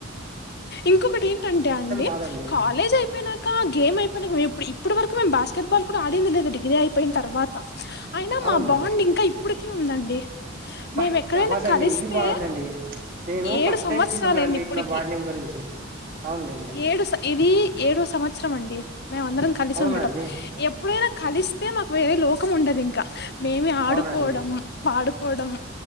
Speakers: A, on the left; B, on the right.
A: ఇంకొకటి ఏంటంటే అండి
B: కాదండి
A: కాలేజ్ అయిపోయినాక గేమ్ అయిపోయినాక మేము ఇప్పుడు ఇప్పుడు వరకు మేం బాస్ కేట్ బల్ కూడా ఆడింది లేద డిగిరి పోయిన తర్వాత అయినా
B: అవునులేండి
A: మా బాండ్ ఇంక ఇప్పుటిక ఉందండి మేం
B: బా
A: ఎక్కడైనా
B: శబాస్ అండి
A: కలిస్తే
B: ఇది బాగుందండి నేను
A: ఏడు
B: ఫస్ట్
A: సంవత్సరలుయింది
B: టైం వింటున్నా అండి ఇట్లా
A: ఇప్పుడుకి
B: బాండింగ్ గురించి అవునులేండి
A: ఏడు ఇది ఏడో సంవత్సరం అండి మేమ అందరం కలిసి
B: అవునా
A: ఉండటం
B: అండి
A: ఎ ఎప్పుడైనా కలిస్తే మాకు వేరే లోకం ఉండదు ఇంక మేమే ఆడుకోవడం
B: అవునండి
A: పడు కొడం